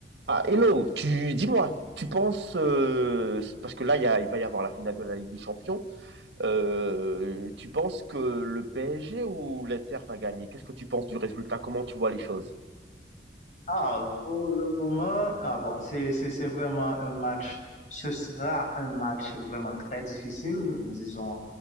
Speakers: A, on the right; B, on the left.
A: Ah, hello, tu dis-moi, tu penses, euh, parce que là, il y a- il va y avoir la finale de la Ligue des Champions, euh, tu penses que le PSG ou l'Inter va gagner? Qu'est-ce que tu penses du résultat? Comment tu vois les choses?
B: Ah, pour le moment, ah bon, c'est c'est c'est vraiment un match. Ce sera un match vraiment très difficile, disons.